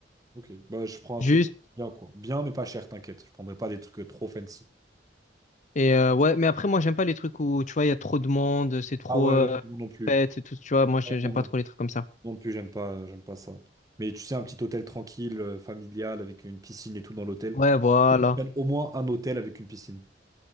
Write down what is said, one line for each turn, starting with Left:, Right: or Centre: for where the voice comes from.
Right: Ok, bah, je prends
Left: Juste.
Right: un truc bien, quoi. Bien, mais pas cher, t'inquiète. Je prendrai pas des trucs euh, trop fancy.
Left: Et euh, ouais, mais après, moi, j'aime pas les trucs où, tu vois, il y a trop de monde, c'est trop
Right: Ah ouais,
Left: euh,
Right: ouais, ouais, moi non plus.
Left: fête et tout, tu vois. Moi, j'ai-
Right: Ouais,
Left: j'aime
Right: non,
Left: pas
Right: non.
Left: trop les trucs comme ça.
Right: Moi Non plus, j'aime pas, euh, j'aime pas ça. Mais tu sais, un petit hôtel tranquille, euh, familial, avec une piscine et tout dans l'hôtel.
Left: Ouais, voilà.
Right: Au moins un hôtel avec une piscine.